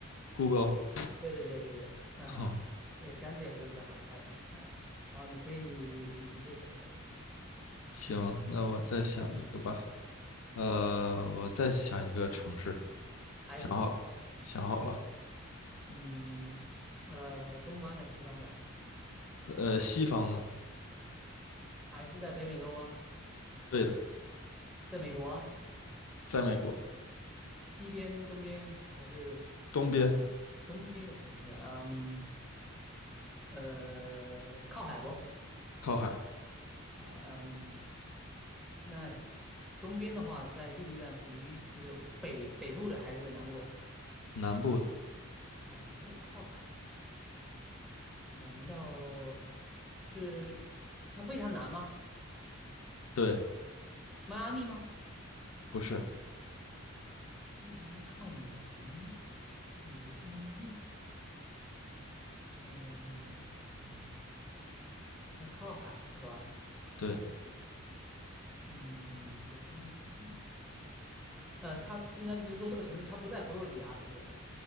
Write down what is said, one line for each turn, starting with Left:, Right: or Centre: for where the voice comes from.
Left: ？Google，
Centre: 对对对对对，<laughs> 哈哈，
Left: 哼，
Centre: 这个相对还是比较好猜。嗯，好，你可以你可以想一个，
Left: <laughs> 行，那我再想一个吧，呃，我再想一个城市，
Centre: 还是
Left: 想好，想好了，
Centre: 嗯呃东方的西方的，
Left: 呃，西方的，
Centre: 还是在北美洲吗？
Left: 对的，
Centre: 在美国啊
Left: 在美国
Centre: 西边、东边还是
Left: 东边
Centre: 东边的城市？嗯呃，靠海不？
Left: 靠海，
Centre: 靠海。嗯，那东边的话，在第六站属于就是北北部的还是南部的？
Left: 南部的
Centre: 南部靠海，难道是它非常难吗？
Left: 对，
Centre: 迈阿密吗？
Left: 不是，
Centre: 非常靠南，但不是迈阿密。嗯、它靠海是吧？
Left: 对，
Centre: 嗯，不是迈阿密。呃，它那就是说这个城市它不在佛罗里达，是不是？